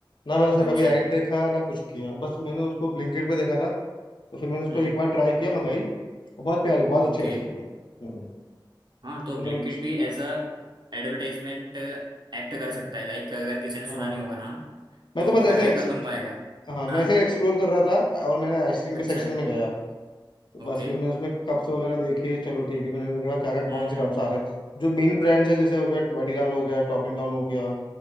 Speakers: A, on the left; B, on the right.
A: ना मैंने उसका
B: अच्छा
A: कभी ऐड देखा ना कुछ किया बस मैंने उसको ब्लिंकिट पे देखा था तो फिर मैंने उसको
B: हम्म
A: एक बार ट्राई किया मंगाई और बहुत प्यारी बहुत अच्छी
B: ओके
A: आइसक्रीम है हम्म,
B: हाँ तो
A: मतलब
B: ब्लिंकिट
A: एक-
B: भी एज अ एडवर्टाइजमेंट एक्ट कर
A: हम्म,
B: सकता है लाइक अगर किसी ने सुना
A: हाँ
B: नहीं होगा नाम
A: मैं
B: तो
A: तो बस
B: अगर
A: ऐसे
B: एक
A: ex-
B: बार मंगवाएगा
A: हाँ मैं
B: हाँ
A: ऐसे एक्सप्लोर कर रहा था और मैंने आइसक्रीम
B: अच्छा
A: के सेक्शन में गया तो
B: ओके
A: बस फिर मैंने उसमें कप्स वगैरह देखे चलो ठीक है फिर मैंने देखा क्या क्या
B: हम्म
A: कौन से
B: हम्म
A: कप्स आ रहे हैं जो मेन ब्रांड्स है जैसे हो गया वाडीलाल हो गया टॉप एंड डाउन हो गया